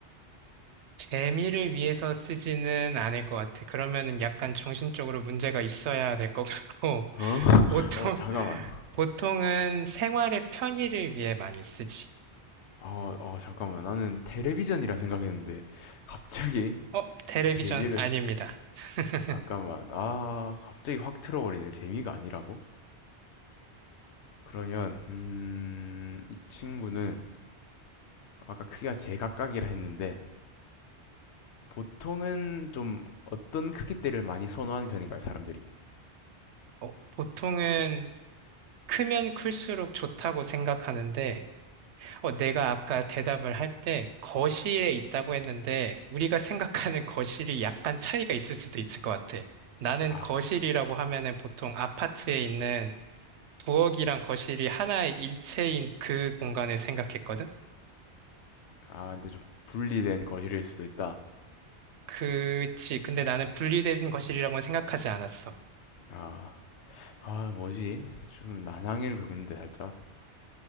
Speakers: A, on the right (about 80°); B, on the left (about 80°).
A: 재미를 위해서 쓰지는 않을 것 같아. 그러면은 약간 정신적으로 문제가 있어야 될 것 같고,
B: 어?
A: <laughs> 보통,
B: 어 잠깐만
A: 보통은 생활의 편의를 위해 많이 쓰지.
B: 어, 어 잠깐만 나는 텔레비전이라 생각했는데 갑자기
A: 어, 텔레비전
B: 재미를
A: 아닙니다. <laughs>
B: 잠깐만 아 갑자기 확 틀어버리네 재미가 아니라고 그러면 음, 이 친구는 아까 크기가 제각각이라 했는데 보통은 좀 어떤 크기대를 많이 선호하는 편인가요 사람들이
A: 어, 보통은 크면 클수록 좋다고 생각하는데, 어, 내가 아까 대답을 할 때 거실에 있다고 했는데, 우리가 생각하는 거실이 약간 차이가 있을 수도 있을 것 같아. 나는
B: 음아음아
A: 거실이라고 하면은 보통 아파트에 있는 부엌이랑 거실이 하나의 일체인 그 공간을 생각했거든?
B: 근데 좀 분리된 거실일 수도 있다
A: 그치. 근데 나는 분리된 거실이라고는 생각하지 않았어.
B: 아 아, 뭐지 좀 난항일 근데 살짝